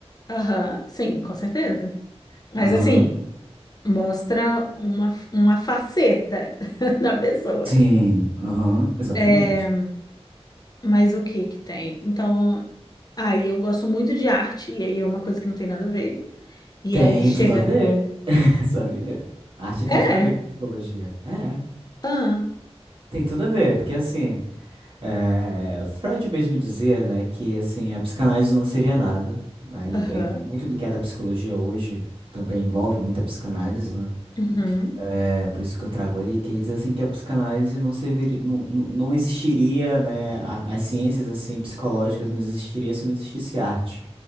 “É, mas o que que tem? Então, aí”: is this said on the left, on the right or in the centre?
Left